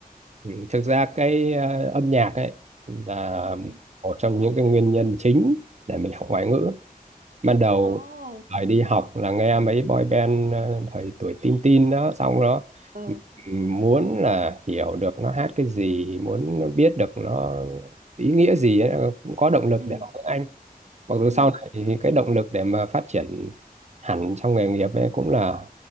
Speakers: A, on the right; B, on the right.
A: ừ, thực ra cái ờ, âm nhạc ấy là
B: ừ
A: một trong những cái nguyên nhân chính để mình học ngoại ngữ ban đầu
B: ồ
A: thời đi học là nghe mấy boy band ờ, thời tuổi teen teen đó xong đó
B: ờ
A: ừ, muốn là hiểu được nó hát cái gì muốn biết được nó ý nghĩa gì ấy, cũng có động lực
B: ừ
A: để học tiếng Anh mặc dù
B: ừ
A: sau này thì cái động lực để mà phát triển hẳn trong nghề nghiệp ấy cũng là